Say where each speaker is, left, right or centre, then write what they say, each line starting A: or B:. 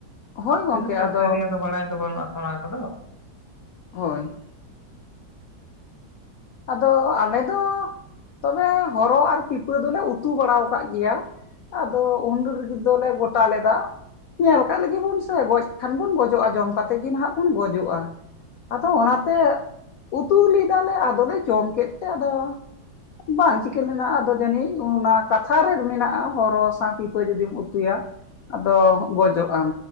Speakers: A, on the left; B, on the left.
A: ᱦᱳᱭ ᱜᱚᱝᱠᱮ
B: ᱛᱤᱱᱟᱹᱜ ᱴᱟ
A: ᱟᱫᱚ
B: ᱥᱟᱹᱨᱤᱭᱟ ᱫᱚ ᱵᱟᱲᱟᱭ ᱫᱚ ᱵᱟᱹᱱᱩᱜ-ᱟ᱾ ᱚᱱᱟ ᱠᱚᱫᱚ
A: ᱦᱳᱭ ᱟᱫᱚ ᱟᱞᱮ ᱫᱚ ᱛᱚᱵᱮ ᱦᱚᱨᱚ ᱟᱨ ᱯᱤᱯᱟᱹ ᱫᱚᱞᱮ ᱩᱛᱩ ᱵᱟᱲᱟᱣ ᱠᱟᱜ ᱜᱮᱭᱟ ᱟᱫᱚ ᱩᱱ ᱨᱤᱜ ᱫᱚᱞᱮ ᱜᱚᱴᱟ ᱞᱮᱫᱟ ᱧᱮᱞ ᱠᱟᱜ ᱞᱮᱜᱮᱵᱚᱱ ᱥᱮ ᱜᱚᱡ ᱠᱷᱟᱱ ᱵᱚᱱ ᱜᱚᱡᱚᱜ-ᱟ ᱡᱚᱢ ᱠᱟᱛᱮ ᱜᱮ ᱱᱟᱦᱟᱜ ᱵᱚᱱ ᱜᱚᱡᱚᱜ-ᱟ᱾ ᱟᱫᱚ ᱚᱱᱟᱛᱮ ᱩᱛᱩ ᱞᱮᱫᱟᱞᱮ ᱟᱫᱚᱞᱮ ᱡᱚᱢ ᱠᱮᱫ ᱛᱮ ᱟᱫᱚ ᱵᱟᱝ ᱪᱤᱠᱟᱹ ᱞᱮᱱᱟ ᱟᱫᱚ ᱡᱟᱹᱱᱤᱡ ᱚᱱᱟ ᱠᱟᱛᱷᱟ ᱨᱮ ᱢᱮᱱᱟᱜ-ᱟ ᱦᱚᱨᱚ ᱥᱟᱶ ᱯᱤᱯᱟᱹ ᱡᱩᱫᱤᱢ ᱩᱛᱩᱭᱟ ᱟᱫᱚ ᱜᱚᱡᱚᱜ ᱟᱢ᱾